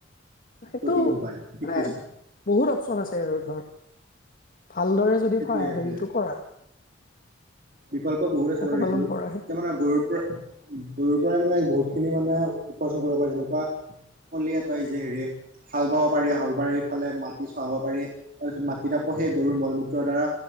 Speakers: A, on the left; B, on the right.
A: সেইটো
B: প্ৰটিনটো পায় ঠিক
A: মানে
B: কৈছা
A: বহুত অপচন আছে আৰু ধৰ ভালদৰে যদি
B: সেইটোয়ে
A: ফা-
B: সেইটোয়ে
A: হেৰিটো কৰা
B: বিকল্প বহুত আছে
A: পশুপালন
B: ব এইটো
A: কৰা সেইটো
B: এতিয়া মানে গৰুৰ পৰা উ গুৰুৰ পৰাই মানে বহুত খিনি মানে উপাৰ্জন কৰিব পাৰি যেনেকুৱা কলিয়ে তই যে হেৰি হাল বাব পাৰি হাল বাৰি ফালে মাটি চহাব পাৰি তাৰপিছত মাটি ত সেই গৰুৰ মল মূত্ৰৰ দ্বাৰা